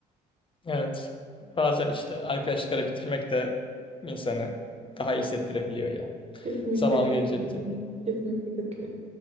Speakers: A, on the left; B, on the right.
A: Evet. Bazen işte arkadaşlıkları bitirmek de insanı daha iyi hissettirebiliyor ya.
B: Kesinlikle
A: Zamanı
B: katılıyorum.
A: gelince bitebiliyor.
B: Kesinlikle katılıyorum.